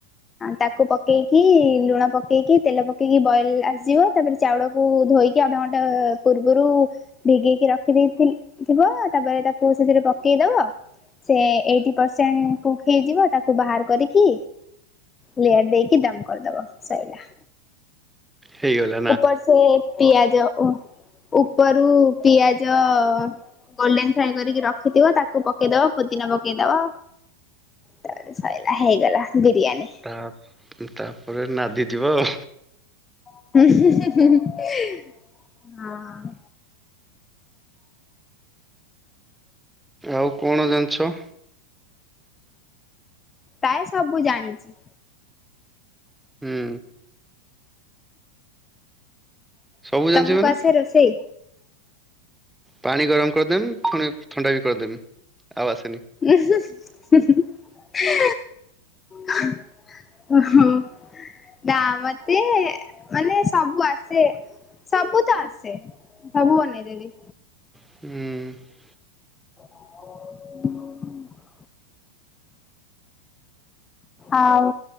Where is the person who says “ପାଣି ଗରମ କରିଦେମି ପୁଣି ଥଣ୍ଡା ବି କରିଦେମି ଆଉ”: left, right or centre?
Centre